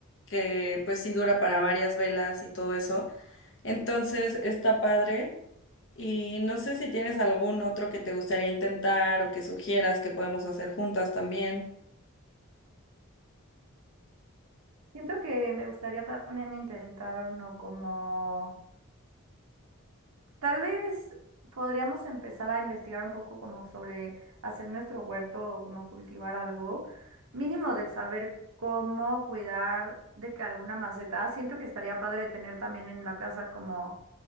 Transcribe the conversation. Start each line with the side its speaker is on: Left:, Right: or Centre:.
Left: que pues sí dura para varias velas y todo eso. Entonces está padre y no sé si tienes algún otro que te gustaría intentar o que sugieras que podemos hacer juntas también.
Right: Siento que me gustaría también intentar uno como, tal vez podríamos empezar a investigar un poco como sobre hacer nuestro huerto o como cultivar algo, mínimo de saber cómo cuidar de que alguna maceta, siento que estaría padre tener también en la casa como